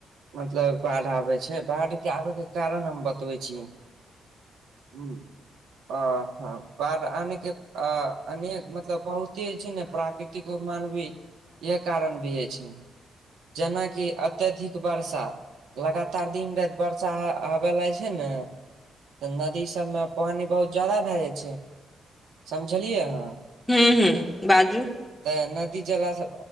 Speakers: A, on the right; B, in the centre.
A: मतलब बाइढ़ आबे छै बाढ़ के आबे के कारण हम बतबै छी हूँ अ हं ब आनेके अ अनेक मतलब बहुते जे छै ने प्र प्राकृतिक मान भी य कारण भी हं छै जेनाकि अत्यधिक वर्षा लगातार दिन राइत बर्षा हबे लाग छै ने तऽ नदी सब में पइन बहुत जादा भए जाइ छै समझलियै अहाँ
B: हूँ हूँ बाजू
A: तऽ नदी जेलासँ